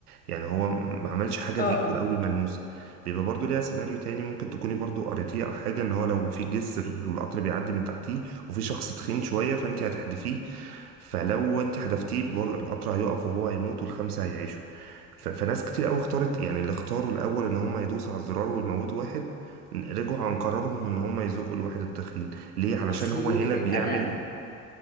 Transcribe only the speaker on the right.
يعني هو ما عملش حاجه
بايده
قوي ملموسه بيبقى برضو ليها سيناريو تاني ممكن تكوني برضو قريتيه او حاجه ان هو لو في جسر والقطر بيعدي من تحتيه وفي شخص تخين شويه فانت هتحدفيه فلو انت حدفتيه برضو القطر هيقف وهو هيموت والخمسه هيعيشوا ف- فناس كتير قوي اختارت يعني اللي اختاروا الاول ان هم يدوسوا على الزرار ويموتوا واحد رجعوا عن قرارهم ان هم يزقوا الواحد التخين ليه علشان
هو هنا بيعمل